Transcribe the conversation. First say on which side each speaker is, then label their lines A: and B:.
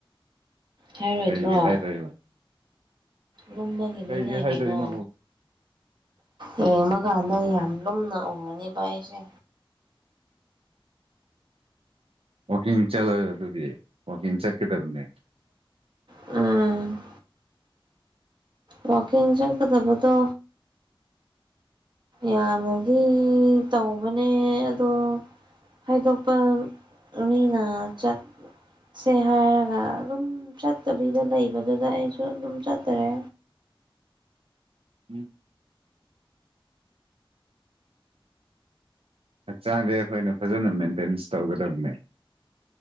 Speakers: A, on the right; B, on the right.
A: ꯍꯥꯏꯔꯣꯏꯗ꯭ꯔꯣ
B: ꯀꯩꯒꯤ ꯍꯥꯏꯗꯣꯏꯕ꯫
A: ꯂꯨꯝꯕꯒꯤꯅꯤꯅꯦ
B: ꯀꯩꯒꯤ ꯍꯥꯏꯗꯣꯏꯅꯣ
A: ꯒꯩꯅꯣ꯫ ꯌꯦꯡꯕꯀꯥꯟꯗ ꯌꯥꯝ ꯂꯨꯝꯅ ꯎꯔꯅꯦꯕ ꯑꯩꯁꯦ꯫
B: ꯋꯥꯛꯀꯤꯡ ꯆꯠꯂꯒ ꯑꯗꯨꯗꯤ ꯋꯥꯛꯀꯤꯡ ꯆꯠꯀꯗꯕꯅꯦ꯫
A: ꯎꯝ꯫ ꯋꯥꯀꯤꯡ ꯖꯠꯀꯗꯕꯗꯣ꯫ ꯌꯥꯝꯅꯗꯤ ꯇꯧꯕꯅꯦ ꯑꯗꯣ꯫ ꯍꯥꯏꯗꯣꯛꯄ ꯃꯤꯅ ꯆꯠ ꯁꯦ ꯍꯥꯏꯔꯒ ꯑꯗꯨꯝ ꯆꯠꯇꯕꯤꯗ ꯂꯩꯕꯗꯨꯗ ꯑꯩꯁꯨ ꯑꯗꯨꯝ ꯆꯠꯇꯔꯦ꯫
B: ꯎꯝ꯫ ꯍꯛꯆꯥꯡꯗꯤ ꯑꯩꯈꯣꯏꯅ ꯐꯖꯅ ꯃꯦꯟꯇꯦꯟꯁ ꯇꯧꯒꯗꯕꯅꯦ꯫